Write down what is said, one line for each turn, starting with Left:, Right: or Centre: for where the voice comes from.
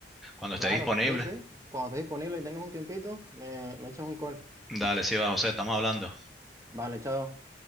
Centre: cuando esté
Right: Claro,
Centre: disponible.
Right: sí, sí. Cuando estés disponible y tengas un tiempito, me, me echas un call.
Centre: Dale, sí va, José, estamos hablando.
Right: Vale, chao.